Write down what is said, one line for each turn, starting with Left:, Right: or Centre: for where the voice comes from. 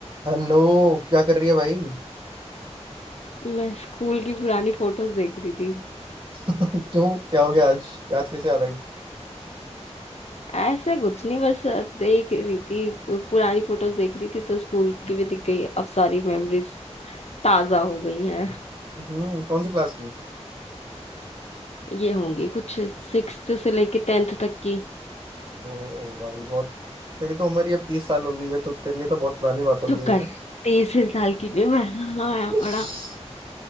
Right: Hello क्या कर रही है भाई
Left: मैं स्कूल की पुरानी फोटोज देख रही थी
Right: <laughs> क्यों क्या हो गया आज आज कैसे याद आ गई
Left: ऐसे कुछ नहीं बस देख रही थी पुरानी फोटोज देख रही थी तो स्कूल की भी दिख गई अब सारी मेमोरीज ताजा हो गई हैं
Right: हम्म कौन सी क्लास की
Left: ये होंगी कुछ सिक्स से लेके टेंथ तक की
Right: ओ भाई बहुत तेरी तो उम्र ही अब तीस साल हो गई है तो तेरे लिए तो बहुत पुरानी बात हो
Left: चुप
Right: गई
Left: कर
Right: है ना
Left: तेईस साल की थी मैं हाँ
Right: <laughs>
Left: बड़ा